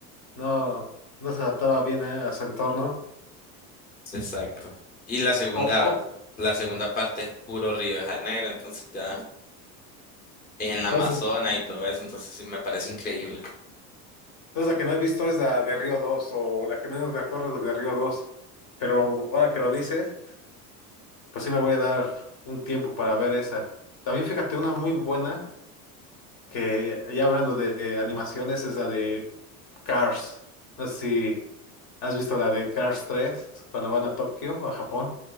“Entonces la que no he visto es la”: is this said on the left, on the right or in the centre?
Left